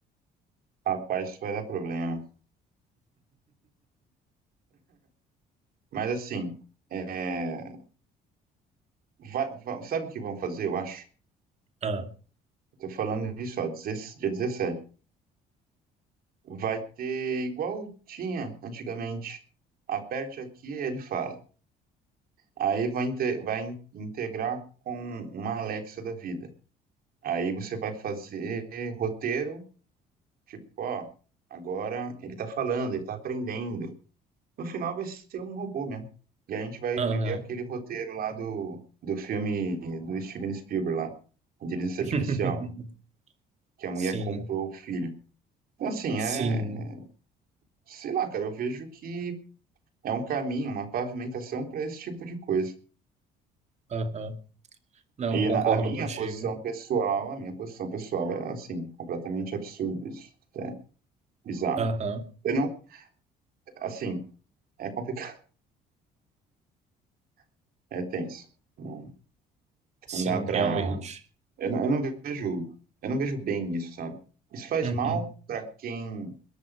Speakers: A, on the right (about 60°); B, on the right (about 40°).
A: Rapaz, isso vai dar problema. Mas assim, é, vai- vai- sabe o que vão fazer, eu acho?
B: Ah,
A: Eu tô falando disso, ó, 16 dia 17. Vai ter igual tinha antigamente. Aperte aqui, ele fala. Aí vai, inte- vai in- integrar com uma Alexa da vida. Aí você vai fazer roteiro, tipo, ó, agora ele tá falando, ele tá aprendendo. No final vai ser um robô mesmo. E a gente vai
B: aham.
A: ver aquele roteiro lá do, do filme do Steven Spielberg lá, Inteligência
B: <laughs>
A: Artificial, que a mulher
B: Sim.
A: comprou o filho. Então, assim,
B: Sim,
A: é. Sei lá, cara, eu vejo que é um caminho, uma pavimentação para esse tipo de coisa.
B: aham. Não,
A: E
B: concordo
A: na- a minha
B: contigo.
A: posição pessoal, a minha posição pessoal é assim, completamente absurdo isso, é bizarro.
B: Aham.
A: Eu não, assim, é complicado, <laughs> é tenso. Não,
B: Sim,
A: não dá pra.
B: realmente.
A: Eu não, eu não vejo, eu não vejo bem isso, sabe? Isso faz
B: Uhum,
A: mal pra quem,